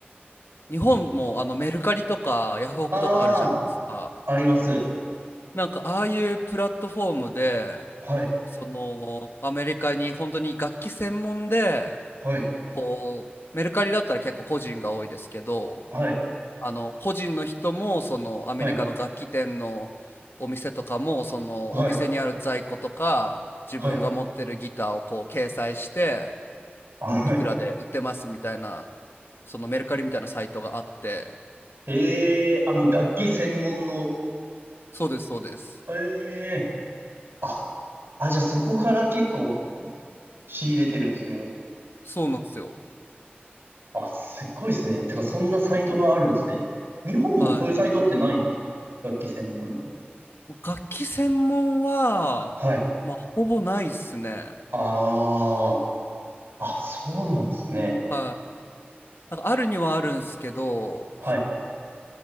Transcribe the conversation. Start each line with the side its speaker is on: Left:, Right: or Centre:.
Left: 日本もあのメルカリとかヤフオクとかあるじゃないですか。
Right: ああ、あります。
Left: なんかああいうプラットフォームで、
Right: はい、
Left: そのアメリカに本当に楽器専門で
Right: はい、
Left: こうメルカリだったら結構個人が多いですけど
Right: はい、
Left: あの個人の人もそのアメリカの楽器店のお店とかもそのお店にある在庫とか自分が持ってるギターをこう掲載して
Right: はい、はい、はい、はい。
Left: いくらで売ってますみたいなそのメルカリみたいなサイトがあって
Right: ええあ、もう楽器専門の、
Left: そうですそうです
Right: ええあ、あ、じゃあそこから結構仕入れてるんですね。
Left: そうなんですよ
Right: あ、すっごいですね。てか、そんなサイトがあるんですね。
Left: は
Right: 日本もそういうサイトってないんですか楽器専門の。
Left: いはい楽器専門はまあほぼないっすね
Right: はい。ああ、あ、そうなんですね。
Left: はいなんかあるにはあるんすけど、
Right: はい。